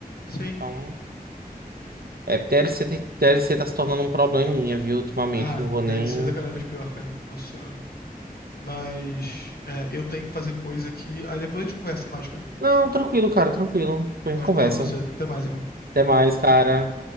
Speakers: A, on the left; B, on the right.
A: Sim,
B: Então, é, DLC,
A: sim.
B: tem- DLC tá se tornando um probleminha, viu, ultimamente.
A: Ah,
B: Não vou
A: DLC
B: nem.
A: tá cada vez pior, cara. Nossa senhora. Mas é, eu tenho que fazer coisa aqui. Aí depois a gente conversa mais, cara.
B: Não, tranquilo, cara, tranquilo. Depois
A: Pode
B: a gente conversa.
A: falar com você. Até mais, irmão.
B: Até mais, cara.